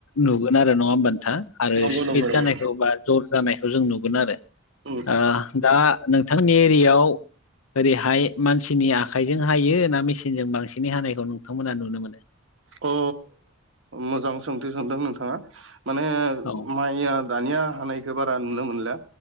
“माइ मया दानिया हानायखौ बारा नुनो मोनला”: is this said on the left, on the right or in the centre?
Right